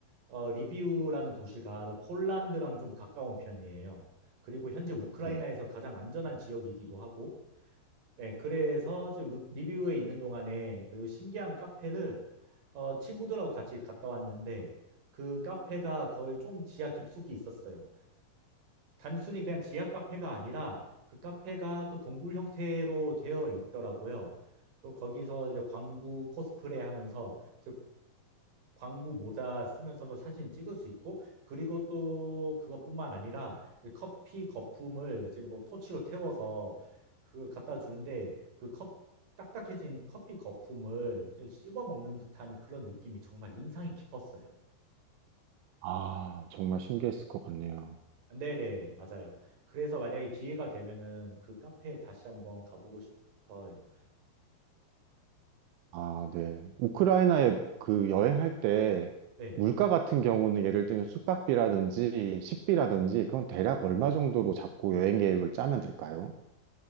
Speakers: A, on the right; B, on the right.
A: 어, 리비우라는 도시가 폴란드랑 좀 가까운 편이에요. 그리고 현재 우크라이나에서
B: 네.
A: 가장 안전한 지역이기도 하고, 네, 그래서 이제 루- 리비우에 있는 동안에 그 신기한 카페를 어, 친구들하고 같이 갔다 왔는데, 그 카페가 거의 좀 지하 깊숙이 있었어요. 단순히 그냥 지하 카페가 아니라 그 카페가 그 동굴 형태로 되어 있더라고요. 또 거기서 이제 광부 코스프레 하면서 이제 광부 모자 쓰면서도 사진 찍을 수 있고 그리고 또 그것뿐만 아니라 이제 커피 거품을 이제 뭐 토치로 태워서 그걸 갖다 주는데 그 컵, 딱딱해진 커피 거품을 씹어 먹는 듯한 그런 느낌이 정말 인상이 깊었어요.
B: 아, 정말 신기했을 것 같네요.
A: 네네, 맞아요. 그래서 만약에 기회가 되면은 그 카페에 다시 한번 가보고 싶어요.
B: 아, 네. 우크라이나에 그 여행할 때
A: 네.
B: 물가 같은 경우는 예를 들면 숙박비라든지 식비라든지 그건 대략 얼마 정도로 잡고 여행 계획을 짜면 될까요?